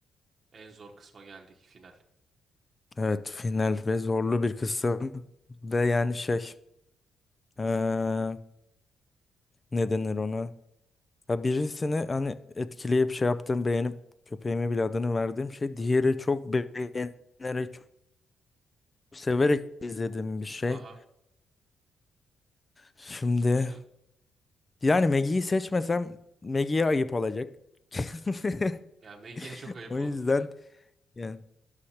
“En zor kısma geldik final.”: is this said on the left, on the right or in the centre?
Right